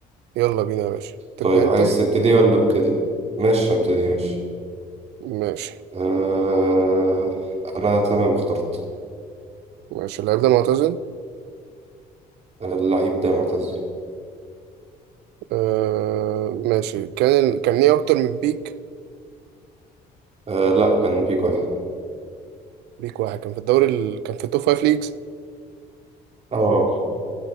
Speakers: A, on the right; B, on the right.
A: يلا بينا يا باشا تبدا
B: طيب
A: انت
B: عايز تبتدي ولا ابتدي ماشي ابتدي ماشي
A: ماشي
B: آه... انا تمام اخترت
A: ماشي اللعيب ده معتزل
B: آه، اللعيب ده معتزل
A: أه ماشي كان ال... كان ليه اكتر من بيك
B: آه لا كان بيك واحد
A: بيك واحد كان في الدوري ال... كان في التوب فايف ليجز
B: اه